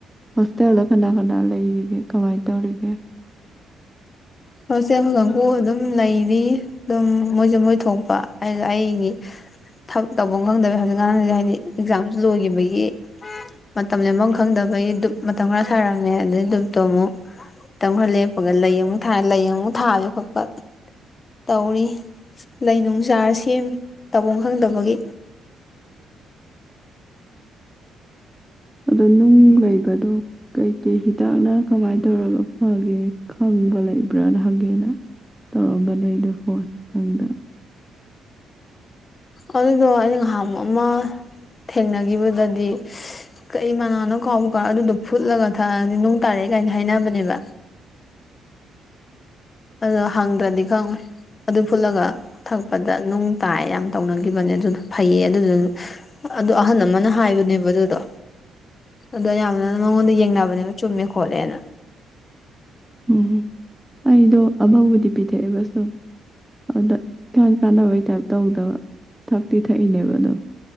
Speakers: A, in the centre; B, on the left (about 35°).
A: ꯍꯣꯁꯇꯦꯜꯗ ꯀꯅꯥ ꯀꯅꯥ ꯂꯩꯔꯤꯒꯦ ꯀꯃꯥꯏꯅ ꯇꯧꯔꯤꯒꯦ
B: ꯍꯣꯁꯇꯦꯜ ꯀꯥꯡꯕꯨꯨ ꯑꯗꯨꯝ ꯂꯩꯔꯤ ꯑꯗꯨꯝ ꯃꯣꯏꯁꯨ ꯃꯣꯏ ꯊꯣꯛꯄ ꯑꯩꯁꯨ ꯑꯩꯒꯤ ꯇꯐꯝ ꯈꯪꯗꯕ ꯍꯧꯖꯤꯛꯀꯥꯟꯁ ꯍꯥꯏꯗꯤ ꯑꯦꯛꯖꯥꯝꯁꯨ ꯂꯣꯏꯈꯤꯕꯒꯤ ꯃꯇꯝ ꯂꯦꯟꯐꯝ ꯈꯪꯗꯕꯒꯤ ꯗꯨꯛ ꯃꯇꯝ ꯈꯔ ꯁꯥꯔꯝꯃꯦ ꯑꯗꯨꯩ ꯗꯨꯞꯇꯣ ꯑꯃꯨꯛ ꯃꯇꯝ ꯈꯔ ꯂꯦꯞ ꯑꯗꯨꯒ ꯂꯩ ꯑꯃꯨꯛ ꯊꯥꯏ ꯂꯩ ꯑꯃꯨꯛ ꯊꯥꯕ ꯈꯣꯠꯄ꯫ ꯇꯧꯔꯤ ꯂꯩ ꯅꯨꯡ ꯆꯥꯔ ꯁꯦꯝꯃꯤ ꯇꯧꯐꯝ ꯈꯪꯗꯕꯒꯤ
A: ꯑꯗꯣ ꯅꯨꯡ ꯂꯩꯕꯗꯣ ꯀꯩ ꯀꯩ ꯍꯤꯗꯥꯛꯅ ꯀꯃꯥꯏꯅ ꯇꯧꯔꯒ ꯐꯒꯦ ꯈꯪꯕ ꯂꯩꯕ꯭ꯔꯥꯅ ꯍꯪꯒꯦꯅ ꯇꯧꯔꯝꯕꯅꯦ ꯑꯗꯣ ꯀꯣ <unintelligible>
B: ꯑꯗꯨꯗꯣ ꯑꯩꯅ ꯅꯍꯟꯃꯨꯛ ꯑꯃ ꯊꯦꯡꯅꯈꯤꯕꯗꯗꯤ꯫ ꯀꯩ ꯃꯅꯥꯅꯣ ꯀꯥꯎꯕ ꯀꯥꯎꯔ ꯑꯗꯨꯗꯣ ꯐꯨꯠꯂꯒ ꯊꯛꯑꯗꯤ ꯅꯨꯡ ꯇꯥꯔꯛꯑꯦ ꯀꯥꯏꯅ ꯍꯥꯏꯅꯕꯅꯦꯕ ꯑꯗꯣ ꯍꯪꯗ꯭ꯔꯗꯤ ꯈꯪꯉꯣꯏ ꯑꯗꯨ ꯐꯨꯠꯂꯒ ꯊꯛꯄꯗ ꯅꯨꯡ ꯇꯥꯏ ꯌꯥꯝ ꯇꯧꯅꯈꯤꯕꯅꯦ ꯑꯗꯨꯅ ꯐꯩꯌꯦ ꯑꯗꯨꯗꯨꯅ ꯑꯗꯨ ꯑꯍꯟ ꯑꯃꯅ ꯍꯥꯏꯕꯅꯦꯕ ꯑꯗꯨꯗꯣ ꯑꯗꯣ ꯌꯥꯝꯅ ꯃꯉꯣꯟꯗ ꯌꯦꯡꯅꯕꯅꯦꯕ ꯆꯨꯝꯃꯦ ꯈꯣꯠꯂꯦꯅ꯫
A: ꯎꯝ ꯑꯩꯗꯣ ꯑꯃꯕꯨꯗꯤ ꯄꯤꯊꯛꯑꯦꯕꯁꯨꯨꯝ꯫ ꯑꯗ ꯏꯀꯥꯟ ꯀꯥꯟꯅꯕꯩ ꯇꯥꯏꯞ ꯇꯧꯗꯕ ꯊꯛꯇꯤ ꯊꯛꯏꯅꯦꯕ ꯑꯗꯣ